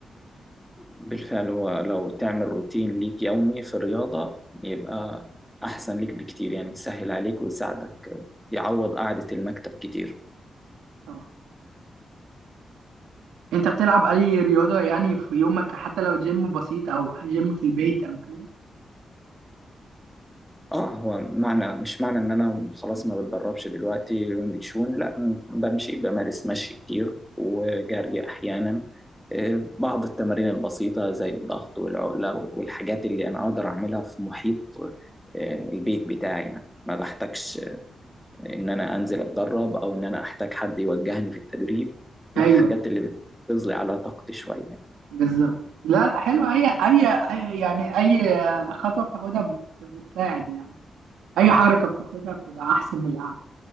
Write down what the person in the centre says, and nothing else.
بالفعل هو لو تعمل روتين ليك يومي في الرياضة يبقى أحسن ليك بكتير يعني يسهل عليك ويساعدك يعوض قعدة المكتب كتير
اه هو معنى مش معنى ان انا خلاص ما بتدربش دلوقتي وينج تشون لا بمشي بمارس مشي كتير وجري احيانا آه، بعض التمارين البسيطة زي الضغط والعقلة والحاجات اللي انا اقدر اعملها في محيط آه، البيت بتاعي يعني ما بحتاجش ان انا انزل اتدرب او ان انا احتاج حد يوجهني في التدريب ما
الحاجات اللي بتغذي على طاقتي شوية